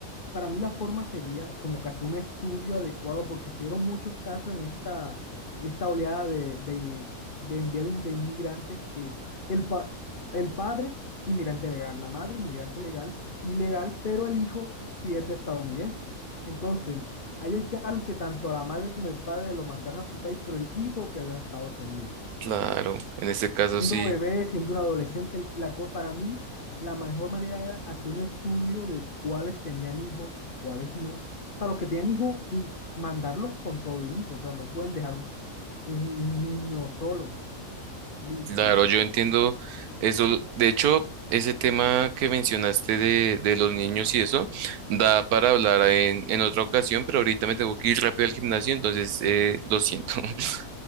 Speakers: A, on the left; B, on the right.
A: para mí la forma sería como que hacer un estudio adecuado porque se dieron muchos casos en esta, esta oleada de, de, de envío de, in- de inmigrantes que el, pa- el padre, inmigrante legal, la madre, inmigrante legal, ilegal, pero el hijo sí es de estadounidense. Entonces, hay el caso en que tanto la madre como el padre lo mandaron a su país, pero el hijo quedó en Estados Unidos.
B: Claro, en este caso
A: Siendo
B: sí,
A: bebé, siendo un adolescente, el- la cosa para mí la mejor manera era hacer un estudio de cuáles tenían hijos y cuáles no. O sea, los que tenían hijos y mandarlos con todo y hijos O sea, no pueden dejar un, un un niño solo. Listo.
B: claro, yo entiendo eso. De hecho, ese tema que mencionaste de, de los niños y eso, da para hablar en, en otra ocasión, pero ahorita me tengo que ir rápido al gimnasio, entonces eh, lo siento. <laughs>